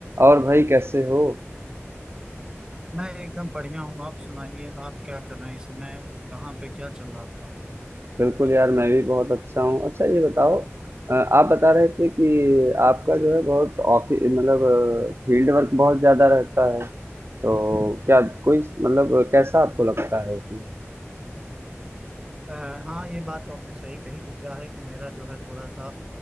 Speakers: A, on the right; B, on the right.
A: और भाई कैसे हो
B: मैं एकदम बढ़िया हूँ आप सुनाइए आप क्या कर रहे हैं इस समय कहाँ पे क्या चल रहा है आपका
A: बिल्कुल यार मैं भी बहुत अच्छा हूँ अच्छा ये बताओ अ, आप बता रहे थे कि आपका जो है बहुत ऑफिस मतलब फील्ड वर्क बहुत ज्यादा रहता है तो क्या कोई मतलब कैसा आपको लगता है उसमें
B: अ, हाँ ये बात तो आपने सही कही कि क्या है कि मेरा जो है थोड़ा सा